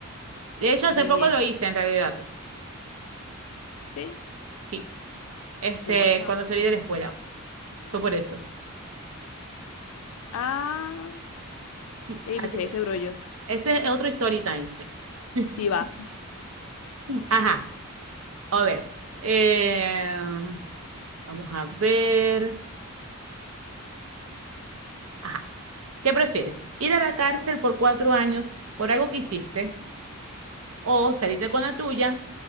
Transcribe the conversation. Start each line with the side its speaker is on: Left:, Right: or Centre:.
Right: De hecho, hace
Left: Muy
Right: poco
Left: bien.
Right: lo hice en realidad.
Left: Sí,
Right: Sí. Este,
Left: qué bueno.
Right: cuando salí de la escuela. Fue por eso.
Left: Ah,
Right: Sí.
Left: y
Right: Así
Left: me eché
Right: que
Left: ese brollo.
Right: ese es otro story time. <laughs>
Left: Sí va.
Right: Ajá. A ver. Eh, vamos a ver. Ajá. ¿Qué prefieres? ¿Ir a la cárcel por cuatro años por algo que hiciste o salirte con la tuya,